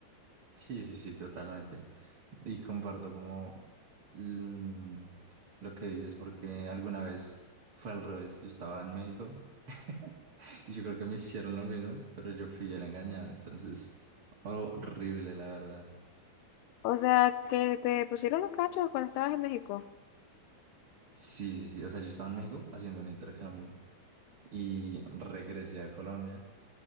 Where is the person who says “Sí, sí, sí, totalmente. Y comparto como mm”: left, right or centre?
Right